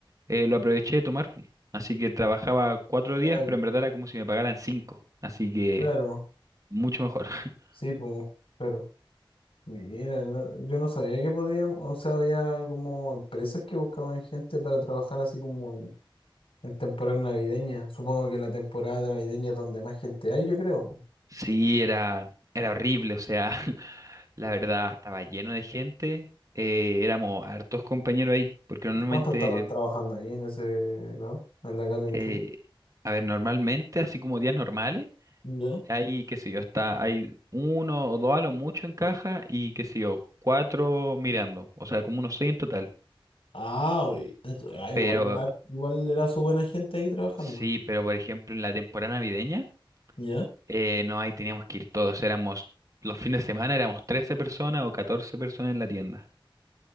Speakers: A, on the right; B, on the left.
A: eh, lo aproveché de tomar. po. Así que trabajaba cuatro
B: Ah,
A: días, pero en verdad era como si me pagaran cinco. Así que
B: Claro.
A: mucho mejor. <laughs>
B: Sí, pues, claro. Mira, no- yo no sabía que podían, o sea, había como empresas que buscaban gente para trabajar así como en, en temporada navideña. Supongo que la temporada navideña es donde más gente hay, yo creo.
A: Sí, era, era horrible, o sea, <laughs> la verdad estaba lleno de gente, eh, éramos hartos compañeros ahí, porque normalmente,
B: ¿Cuánto estaban trabajando ahí en ese lado? En la Calvin
A: eh,
B: Klein.
A: a ver, normalmente, así como días normales.
B: ¿Ya?
A: Hay, qué sé yo, está, hay uno o dos a lo mucho en caja y qué sé yo, cuatro mirando, o sea, como unos seis en total.
B: Ah, oy- ento- ah, igual,
A: Pero
B: era- igual era su buena gente ahí trabajando.
A: sí, pero por ejemplo en la temporada navideña,
B: ¿Ya?
A: eh, no, ahí teníamos que ir todos, éramos, los fines de semana éramos 13 personas o 14 personas en la tienda.